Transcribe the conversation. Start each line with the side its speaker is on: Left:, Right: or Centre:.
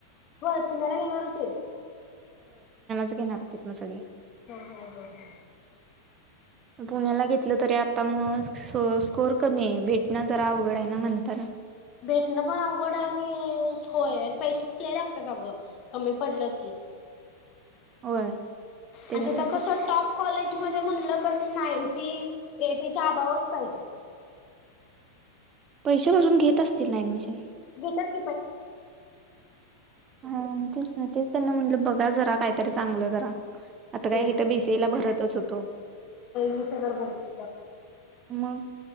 Left: होय पुण्याला घेणार होतीत?
Right: येणार होतीत न सगळी
Left: हा, हा, हा, हा.
Right: पुण्याला घेतलं तरी आता मग स्कोर कमी आहे भेटणं जरा अवघड आहे ना म्हणताना
Left: भेटण पण आवघड आणि होय आणि पैसे पण लई लागतात अगं कमी पडलं की
Right: होय त्याच्यासाठीच
Left: आणि तिथ कस टॉप कॉलेज मध्ये म्हणलं त्यांनी नायटी येट तेच्या अबावच पाहिजे
Right: पैसे भरून घेत असतील ना ऍडमिशन
Left: घेत्यात
Right: हा तेच ना तेच त्यांना म्हटलं बघा जरा काय तरी चांगलं जरा आता काय
Left: हम्म
Right: हीत बी. सी. ए. ला भरतच होतो.
Left: वीस हजार भरते
Right: मगं